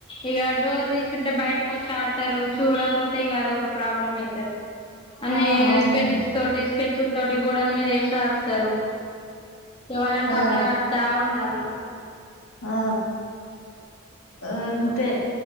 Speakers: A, on the left; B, on the left.
A: ఇక డోర్ తీస్తుంటే బయటకు వచ్చి ఆడతారు చూడకపోతే ఇక అదొక ప్రాబ్లం అయితది అన్ని
B: ఆ అవును
A: పెన్స్ తోటి స్కెచ్ల తోటి గోడల మీద వేసి రాస్త తరు ఇగ వాళ్ళని కాపలా
B: ఆ
A: కాస్తా ఉండాల ఇగా
B: ఆ అంతే